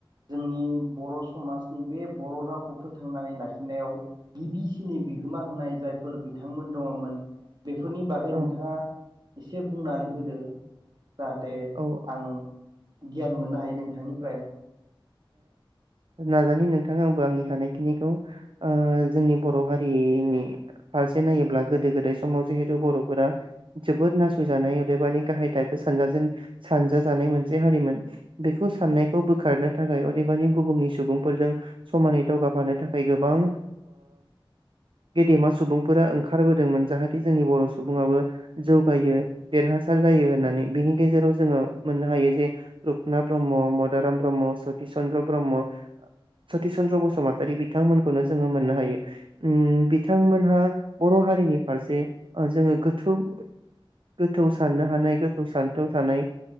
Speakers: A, on the right; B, on the right.
A: आंनि बर' समाजनि बे बर' रावखौ फोथांनानै लाखिनायाव गिबिसिननि बिहोमा होनाय जायफोर बिथांमोन दङमोन। बेफोरनि बागै
B: औ
A: नोंथाङा एसे बुंनानै होदो जाहाथे
B: औ
A: आं गियान मोननो हायो नोंथांनिफ्राय
B: नाजानि नोंथां आंबो आंनि हानायखिनिखौ ओ जोंनि बर' हारिनि फारसे नायोब्ला गोदो गोदाय समाव जिहेथु बर'फोरा जोबोद नासयजानाय अदेबानि गाहाय थाखो सानजेन सानजाजानाय मोनसे हारिमोन बेखौ साननायखौ बोखारनो थाखाय अदेबानि बुहुमनि सुबुंफोरजों समानै दावगाफानो थाखाय गोबां गेदेमा सुबुंफोरा ओंखारबोदोंमोन जाहाथे जोंनि बर' सुबुंआो जौगायो देरहासार जायो होननानै बिनि गेजेराव जोङो मोननो हायो जे रुपनाथ ब्रह्म मदाराम ब्रह्म सति चन्द्र ब्रह्म सति चन्द्र बसुमतारी बिथांमोनखौनो जोङो मोननो हायो उ बिथांमोनहा बर' हारिनि फारसे जोङो गोथौ गोथौ साननो हानाय गोथौ सान्थौ थानाय